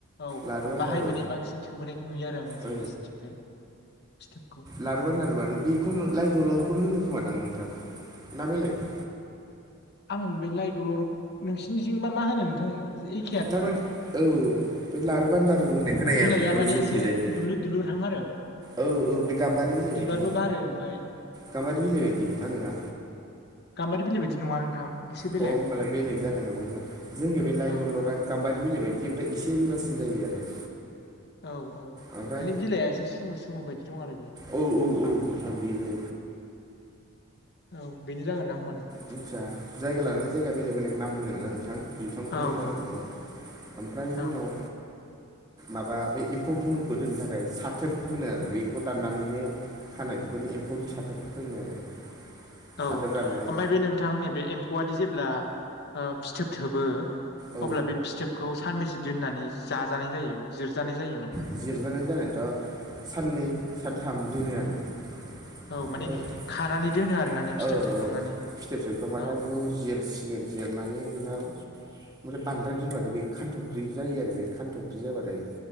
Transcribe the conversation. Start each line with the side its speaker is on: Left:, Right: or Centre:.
Left: औ
Right: लारु बान्दारु
Left: बाहाय माने बांसिन थोबोनायखौ नुयो आरो आङो
Right: औ
Left: जोंनिथिंजाय फिथोबखौ।
Right: लारू बानदार माने बेखौनो लाइ दलरखौनो होनो खोमादां नोंथां ना बेलेग।
Left: आं बे लाइ दलर नोंसिनिथिंजाबा मा होनो नोंथां एइ।
Right: थारमाने औ बे लारु बानदारू होननाय खोनायो
Left: बिलाइआ
Right: आं बेखौनो
Left: माने
Right: जोंनिखिजायबो
Left: एसे दुलुर दुलुरहां आरो
Right: औ औ बे गाम्बारि बिलाइ
Left: बिबारबो
Right: बायदि
Left: बारो ओमफाय
Right: गाम्बारि बिलाइ बायदि ना नङा
Left: गामबारि बिलाइ बायदि नङा नोंथां। एसे बेलेग
Right: अ होनबालाय बेलेग जानो हागौ न' जोंनि बे लाइ
Left: औ
Right: दलरा गाम्बारि बिलाइ बायदि एसे रुरासिन जायो आरो।
Left: औ औ माने
Right: ओमफ्राय
Left: बिलाइआ एसे सुमुर सुमुर बायदि दं आरो बेयो।
Right: औ औ औ नोंथां बेबो
Left: औ बेनो जागोनदां होमबा नोंथां।
Right: मिथिया जायगा लानानै जायगा बेलेग बेलेग नाम होनोना नोंथां। बिफांफोरनि
Left: औ
Right: नामखौबो
Left: औ
Right: ओमफ्राय बिनि
Left: औ
Right: उनाव माबा बै एम्फौ गोमोनखौ दोननो थाखाय साथोब मोनो आरो बेखौ दाननानैनो खानाय बेखौनो एम्फौनि साथोब होनो आरो।
Left: औ
Right: साथाब दाननाय
Left: ओमफ्राय बे नोंथां नैबे एम्फौआादि जेब्ला ओ फिथोब थोबो।
Right: औ
Left: अब्ला बे फिथोबखौ सानबैसे दोननानै जाजानाय जायो जिरजानाय जायो माने।
Right: जिरजानाय जानायाथ' साननै सानथाम दोनो आरो। ओमफ्राय
Left: औ माने खानानै दोनो आरोना ने फिथोब थोबखांनानै
Right: फिथोब थोबखांबाथाय
Left: औ
Right: बेखौ जिर सिगोन जिरनानै नोंथां ओमफ्राय बांद्राय दोनबाथाय बे खान्थ'ख्रि जायो आरो बे। खानथफ्रि जाबाथाय